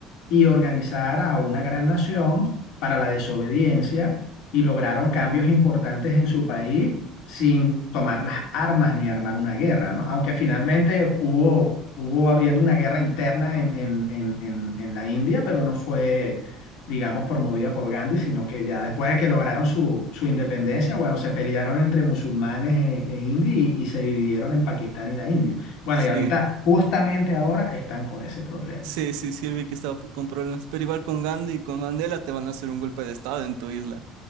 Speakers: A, on the left; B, on the right.
A: y organizar a una gran nación para la desobediencia y lograron cambios importantes en su país sin tomar las armas ni armar una guerra, ¿no? Aunque finalmente hubo, hubo habiendo una guerra interna en, en, en, en, en la India, pero no fue digamos, promovida por Gandhi, sino que ya después de que lograron su, su independencia, bueno, se pelearon entre musulmanes e, e indios y, y se dividieron en Pakistán y la India. Bueno,
B: Sí,
A: y ahorita, justamente ahora, están con ese problema.
B: sí, sí, sí, vi que estaba p- con problemas. Pero igual con Gandhi y con Mandela te van a hacer un golpe de estado en tu isla.